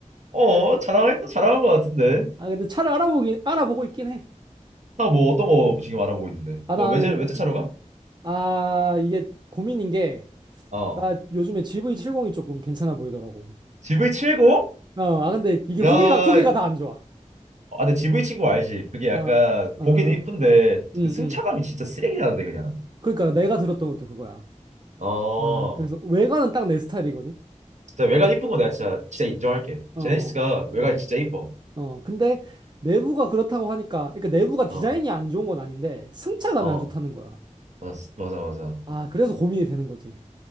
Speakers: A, on the right; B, on the right.
A: 어, 자랑했다, 자랑한 거 같은데.
B: 아, 근데 차를 알아보긴, 알아보고 있긴 해.
A: 나 뭐 어떤 거 지금 알아보고 있는데.
B: 아,
A: 너
B: 나는,
A: 외제, 외제차로 가?
B: 아, 이게 고민인 게,
A: 어.
B: 나 요즘에 GV70이 조금 괜찮아 보이더라고.
A: GV70?
B: 어, 아, 근데 이게 후기가,
A: 야, 아,
B: 후기가 다 안 좋아.
A: 근데 GV 친구 알지? 그게 약간,
B: 아, 아,
A: 보기는
B: 아.
A: 이쁜데,
B: 응,
A: 그 승차감이
B: 응.
A: 진짜 쓰레기라는데, 그냥.
B: 그러니까 내가 들었던 것도 그거야.
A: 어.
B: 아, 그래서 외관은 딱 내 스타일이거든.
A: 진짜 외관 이쁜 거 내가 진짜, 진짜 인정할게.
B: 어,
A: 제네시스가 외관이
B: 음,
A: 진짜 이뻐.
B: 어. 근데 내부가 그렇다고 하니까, 그러니까 내부가 디자인이
A: 어,
B: 안 좋은 건 아닌데 승차감이
A: 어.
B: 안 좋다는 거야.
A: 맞아, 맞아, 맞아.
B: 아, 그래서 고민이 되는 거지.